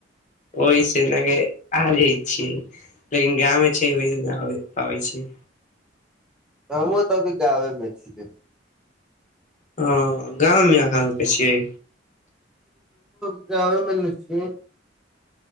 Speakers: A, on the left; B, in the centre.
A: ओहि सेना के आई छि, लेकिन गाँ मे छै ओहिसँ नहि आ पाबै छी।
B: हमो तऽ अभी गाँवे मे छियै।
A: हाँ, गाव मे अहाँ उके छियै।
B: गावे मेल छी।